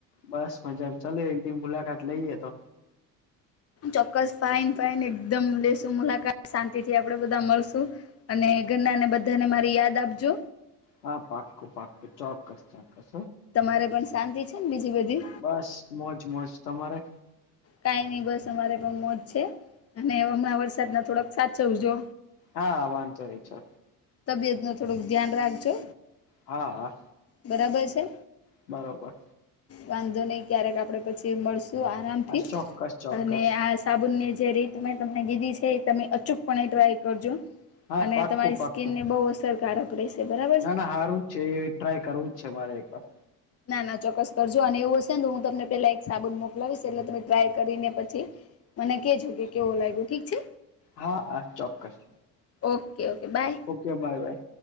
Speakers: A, on the left; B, on the left.
A: બસ મજામાં ચલો એક દમ મુલાકાત લઈએ તો
B: ચોક્કસ ફાઈન ફાઈન એકદમ લેશું મુલાકાત શાંતિ થી આપડે બધા મળશું અને ગન્ના ને બધાને મારી યાદ આપજો
A: હા, પાક્કું પાક્કું ચોક્કસ ચોક્કસ
B: તમારે પણ શાંતિ છેને. બીજી બધી
A: બસ મોજ મોજ તમારે
B: કાઈ નહી બસ અમારે પણ મોજ છે અને હણા વરસાદ ના થોડાક સાચવજો
A: હા વાંધો રહી છો.
B: તબિયત નું થોડુંક ધ્યાન રાખજો
A: હા.
B: બરાબર છે.
A: બરોબર.
B: વાંધો નહી ક્યારેક આપડે પછી મળશું આરામથી
A: હા ચોક્કસ ચોક્કસ
B: અને આજ સાબુનની જે રીત મેં તમને કીધી છે એ તમે અચૂક પણ એ ટ્રાય કરજો
A: હા
B: અને
A: પાક્કું
B: તમારી
A: પાક્કું
B: સ્કીિનને બહુ અસરકારક રહેશે બરાબર.
A: ના
B: છે
A: ના સારું જ છે એ ટ્રાય કરવું જ છે મારે એક વાર
B: ના ના ચોક્કસ કરજો અને એવું હશે ને હું તમને પેલા એક સાબુન મોક લ એટલે તમે ટ્રાય કરીને પછી મને કેજો કે કેવો લાગ્યો ઠીક છે
A: હા હા ચોક્કસક્સ
B: okay okay bye
A: okay bye by